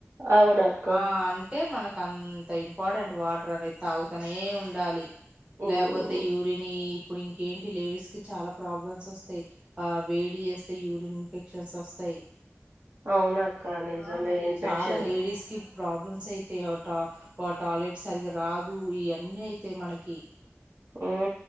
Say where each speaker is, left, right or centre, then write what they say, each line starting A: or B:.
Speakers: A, on the right (about 65°); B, on the right (about 25°).
A: అవునక్క
B: ఆ అంటే మనకు అంత త ఇంపార్టెంట్ వాటర్ అనేది తాగుతనే ఉండాలి
A: మ్
B: లేకపోతే యూరిన్ ఇప్పుడు ఇంకేంటి లేడీస్ కి చాలా ప్రాబ్లమ్స్ వస్తాయి ఆ వేడి చేస్తే యూరిన్ ఇన్ఫెక్షన్స్ వస్తాయి
A: అవునక్క నిజమే
B: ఆ మరి
A: ఇన్ఫెక్షన్
B: చాలా లేడీస్ కి ప్రాబ్లమ్స్ అయితే ఒక టాయిలెట్ సరిగ రాదు ఇవన్నీ అయితే మనకి
A: ఉ